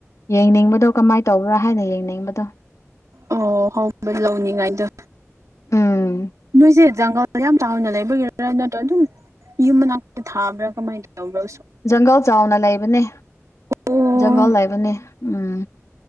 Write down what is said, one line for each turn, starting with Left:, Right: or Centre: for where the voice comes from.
Left: ꯌꯦꯡꯅꯤꯡꯕꯗꯣ ꯀꯃꯥꯏ ꯇꯧꯕ꯭ꯔꯥ ꯍꯥꯏꯅ ꯌꯦꯡꯅꯤꯡꯕꯗꯣ
Right: ꯑꯣ ꯍꯧꯕ ꯂꯧꯅꯤꯡꯉꯥꯏꯗꯣ
Left: ꯎꯝ
Right: ꯅꯣꯏꯁꯦ ꯖꯪꯒꯜ ꯌꯥꯝ ꯆꯥꯎꯗ ꯂꯩꯕꯒꯤꯔꯥ ꯅꯠꯇ꯭ꯔꯒ ꯑꯗꯨꯝ ꯌꯨꯝ ꯃꯅꯥꯛꯇ ꯊꯥꯕ꯭ꯔꯥ ꯀꯃꯥꯏꯅ ꯇꯧꯕ꯭ꯔ?
Left: ꯖꯪꯒꯜ ꯆꯥꯎꯅ ꯂꯩꯕꯅꯦ
Right: ꯑꯣ
Left: ꯖꯪꯒꯜ ꯂꯩꯕꯅꯦ ꯎꯝ꯫